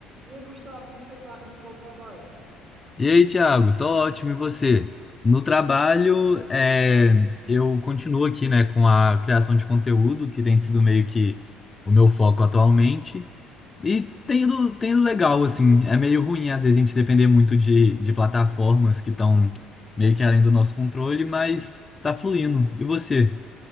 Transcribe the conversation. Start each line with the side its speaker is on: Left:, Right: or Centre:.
Right: E aí, Gustavo, como que você tá? Como que vai o trabalho?
Left: E aí, Thiago, tô ótimo, e você? No trabalho, é, eu continuo aqui, né, com a criação de conteúdo, que tem sido meio que o meu foco atualmente, e tem ido, tem ido legal, assim, é meio ruim às vezes a gente depender muito de, de plataformas que estão meio que além do nosso controle, mas tá fluindo. E você?